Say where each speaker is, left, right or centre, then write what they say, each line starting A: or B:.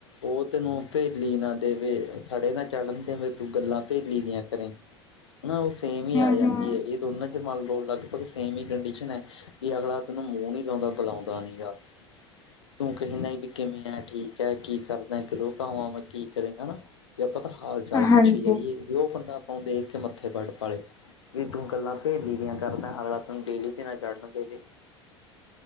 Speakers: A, on the left; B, on the left.
A: ਉਹ ਤੈਨੂੰ ਭੇਲੀ ਨਾ ਦੇਵੇ। ਥੜੇ ਨਾ ਚੜ੍ਹਨ ਦੇ ਮੇ ਤੂੰ ਗੱਲਾਂ ਭੇਲੀ ਦੀਆਂ ਘਰੇ ਉਹਨਾਂ ਨੂੰ ਸੇਮ ਹੀ
B: ਹੂੰ
A: ਆ ਜਾਂਦੀ
B: ਹੂੰ
A: ਹੈ, ਇਹ ਦੋਨਾਂ ਚ ਮੰਨ ਲਓ ਲਗਭਗ ਸੇਮ ਹੀ ਕੰਡੀਸ਼ਨ ਹੈ, ਵੀ ਅਗਲਾ ਤੈਨੂੰ ਮੂੰਹ ਨੀ ਲਾਦਾ ਬੁਲਾਦਾ ਨੀ ਗਾ। ਤੂੰ ਕਹਿੰਦਾ ਵੀ ਕਿਵੇਂ ਆ ਠੀਕ ਹੈ, ਕੀ ਕਰਦਾ ਕਿ ਭਾਵਾਂ ਮੈਂ ਕੀ ਕਰੇਗਾ। ਵੀ ਆਪਾਂ ਤਾਂ ਹਾਲ ਚਾਲ
B: ਹਾਂਜੀ
A: ਪੁੱਛੀ ਜਾਈਏ, ਵੀ ਉਹ ਬੰਦਾ ਆਪਾਂ ਨੂੰ ਦੇਖ ਕੇ ਮੱਥੇ ਵੱਟ ਪਾ ਲਏ। ਵੀ ਤੂੰ ਗੱਲਾਂ ਭੇਲੀ ਦੀਆਂ ਕਰਦਾ, ਅਗਲਾ ਤੈਨੂੰ ਦੇਲੀ ਤੇ ਨਾ ਚੜਨ ਦੇਵੇ।